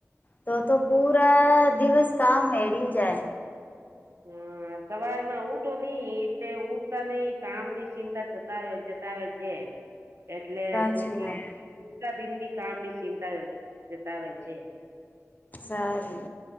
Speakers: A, on the left; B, on the right.
A: તો તો પૂરા દિવસ કામ એળ જાય
B: હમ. સવાર માં ઉઠો નહ એટલે ઉઠતા નહ કામ ની ચિંતાતા જતાવે છે- એટલેરા
A: સાચી વાત
B: દિનની કામ ની ચિંતા જતાવે છે.
A: સારી